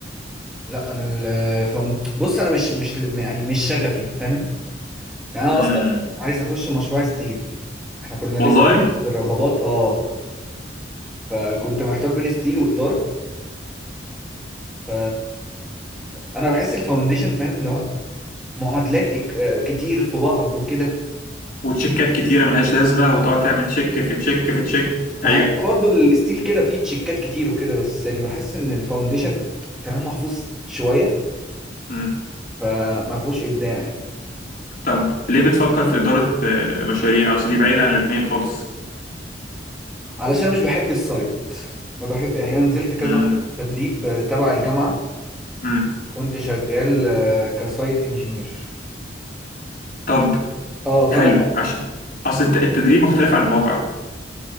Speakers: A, in the centre; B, on the left (about 50°).
A: لا انا الفاوند بص انا مش مش يعني مش شغفي فاهم يعني انا
B: امم
A: اصلا عايز اخش مشروع ستيل احنا كنا
B: والله
A: لسه في الرغبات اه فكنت محتار بين ستيل واداره ف انا بحس الفاونديشن فاهم اللي هو معادلات إك- آه، كتير في بعض وكده
B: وتشيكات كتيره ملهاش لازمه وتقعد تعمل تشيك في تشيك في تشيك
A: مع
B: ايوه
A: ان برضو الستيل كده فيه تشيكات كتير وكده بس يعني بحس ان الفاونديشن كلام محفوظ شويه
B: مم.
A: فما فيهوش ابداع يعني
B: طب ليه بتفكر في اداره آه، مشاريع اصل دي بعيده عن الاثنين خالص
A: علشان أنا مش بحب السايت ما بحب يعني انا نزلت كذا
B: مم.
A: مره تدريب آه، تبع الجامعه
B: مم.
A: كنت شغال آه، كسايت انجينير
B: طب
A: اه فانا
B: حلو عشان اصل الت- التدريب مختلف عن الواقع